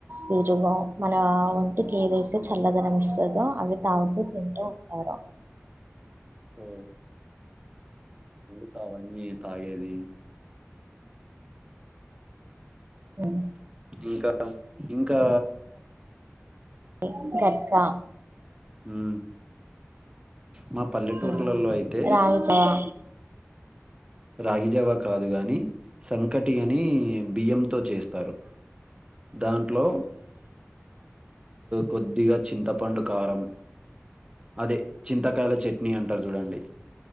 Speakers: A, on the right; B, on the right.
A: తిరుగం మన ఆవన్ వంటికి ఏదైతే చల్లదనం ఇస్తాదో అవి తాగుతూ తింటూ ఉంటారు.
B: ఉ ముందుగా అవన్నీ తాగేది
A: ఉమ్,
B: ఇంకా ఇంకా
A: పప్పా కారికా
B: ఉ మ పల్లెటూర్లలో
A: రాగి
B: అయితే
A: జావా
B: రాగిజావా కాదు కాగానీ సంకటి అని బియ్యంతో చేస్తారు దాంట్లో కొద్దిగా చింతపండు కారం అదే చింతకాయల చట్నీ అంటారు చూడండి